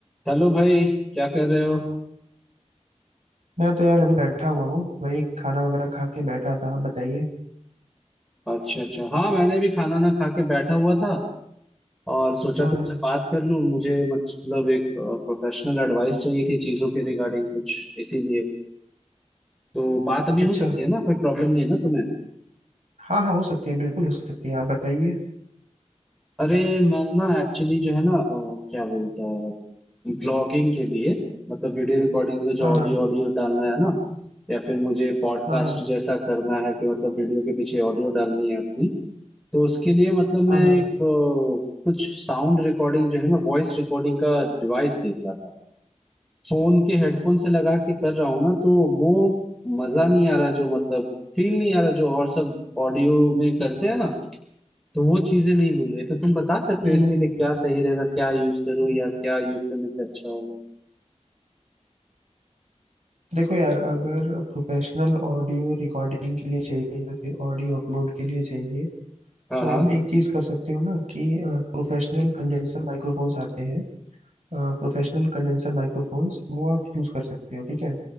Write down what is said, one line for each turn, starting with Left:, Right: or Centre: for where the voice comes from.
Centre: चलो भाई क्या कर रहे हो
Right: मैं तो यार अभी बैठा हुआ हूँ वही खाना वगैरह खा के बैठा था आप बताइए
Centre: अच्छा अच्छा हाँ मैंने भी खाना ना खा के बैठा हुआ था और सोचा
Right: हाँ
Centre: तुमसे
Right: हाँ
Centre: बात कर लूं मुझे मतलब एक प्रोफेशनल एडवाइस चाहिए थी चीजों के रिगार्डिंग कुछ इसीलिए तो बात अभी
Right: अच्छा
Centre: हो सकती है ना कोई प्रॉब्लम नहीं है ना तुम्हें
Right: हाँ हाँ हो सकती है बिल्कुल हो सकती है आप बताइए
Centre: अरे मैं ना एक्चुअली जो है ना अ, क्या बोलता है ब्लॉगिंग के लिए मतलब वीडियो रिकॉर्डिंग्स में जो
Right: हाँ
Centre: ऑडियो
Right: हाँ
Centre: ऑडियो डालना है ना या फिर मुझे पॉडकास्ट
Right: हाँ हाँ
Centre: जैसा करना है कि मतलब वीडियो के पीछे ऑडियो डालनी है अपनी तो उसके लिए मतलब
Right: हाँ
Centre: मैं
Right: हाँ
Centre: एक अ, कुछ साउंड रिकॉर्डिंग जो है ना वॉइस रिकॉर्डिंग का डिवाइस देख रहा था फोन के हेडफोन से लगा के कर रहा हूँ ना तो वो मजा नहीं आ रहा जो मतलब फील नहीं आ रहा जो और सब ऑडियो में करते हैं ना तो वो चीजें नहीं मिल रही तो तुम बता सकते
Right: हम्म
Centre: हो इसके
Right: हम्म,
Centre: लिए
Right: हम्म।
Centre: क्या सही रहेगा क्या यूज करूँ या क्या यूज करने से अच्छा होगा
Right: देखो यार अगर प्रोफेशनल ऑडियो रिकॉर्डिंग के लिए चाहिए या फिर ऑडियो अपलोड के लिए चाहिए
Centre: हाँ
Right: तो
Centre: हाँ
Right: आप एक चीज कर सकते हो ना कि प्रोफेशनल कंडेंसर माइक्रोफोन्स आते हैं प्रोफेशनल कंडेंसर माइक्रोफोन्स वो आप यूज कर सकते हो ठीक है